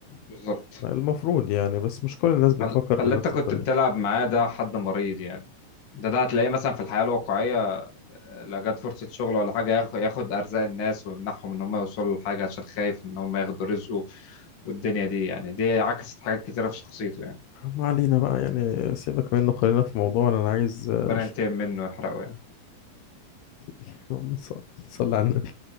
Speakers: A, on the left (about 40°); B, on the left (about 80°).
A: بالظبط
B: المفروض يعني بس مش كل الناس بتفكر
A: فال- فاللي
B: بنفس
A: انت كنت
B: الطريقة
A: بتلعب معاه ده حد مريض يعني ده ده هتلاقيه مثلا في الحياة الواقعية آه، لو جت فرصة شغل ولا حاجة ياخ- ياخد أرزاق الناس ويمنعهم إن هم يوصلوا لحاجة عشان خايف إن هم ياخدوا رزقه والدنيا دي يعني دي عكست حاجات كتيرة في شخصيته يعني
B: ما علينا بقى يعني سيبك منه خلينا في موضوعنا أنا عايز أشرب
A: ربنا ينتقم منه ويحرقه يعني
B: يعني <laughs> صل- صلي على النبي